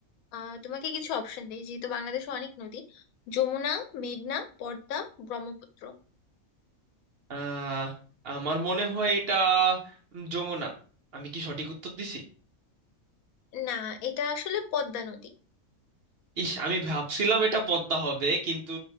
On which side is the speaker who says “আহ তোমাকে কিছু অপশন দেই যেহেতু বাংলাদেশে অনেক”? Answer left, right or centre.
Left